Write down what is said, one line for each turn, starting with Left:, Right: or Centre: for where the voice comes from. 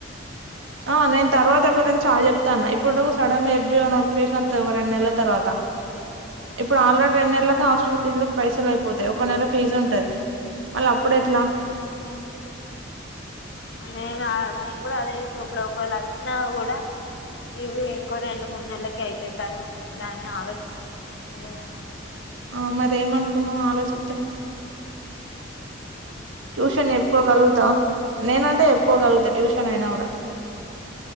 Right: ఆ నేను తర్వాత గురించి చాలా చెప్తాన్న ఇప్పుడు సడన్ గా చెప్పి నోటిఫికేషన్ వస్తాది రెండు నెలల తర్వాత.
Left: మళ్ళీ
Right: ఇప్పుడు ఆల్రెడీ రెండు నెల్లకు హాస్టల్ ఫీజ్ లో పైసలు అయిపోతాయి ఒక నెల ఫీజు ఉంటది మళ్ళీ అప్పుడ ఎట్లా?
Left: అదే కదా నేను కూడా అదే విషయం ఇప్పుడు ఒకవేళ వచ్చినా కూడా. ఇవి ఇంకో రెండు మూడు నెలలకి అయితాయి. తర్వాత ఎట్లా అని ఆలోచించినా నేను కూడా కానీ
Right: ఆ మరేమనుకున్నావ్ ఆలోచిస్తే. ట్యూషన్ చెప్పుకోగలుగుతా నేనంటే చెప్పుకోగలుగుతా ట్యూషన్ అయినా కూడా